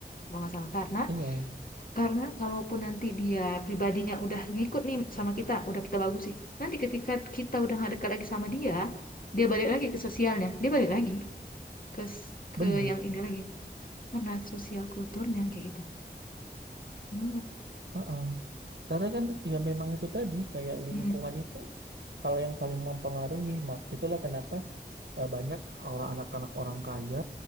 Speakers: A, on the left (about 50°); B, on the right (about 90°).
A: kalau nggak salah karena
B: Iya,
A: Karena kalaupun nanti dia pribadinya udah ngikut nih sama kita, udah kita bagus sih. Nanti ketika kita udah nggak dekat lagi sama dia, dia balik lagi ke sosialnya, dia balik lagi ke s- ke
B: benar.
A: yang ini lagi karena sosial kulturnya kayak gitu. Hmm.
B: Heeh. Karena kan ya memang itu tadi kayak lingkungan
A: Mm-mm.
B: itu kalau yang paling mempengaruhi, mak itulah kenapa eh, banyak orang anak-anak orang kaya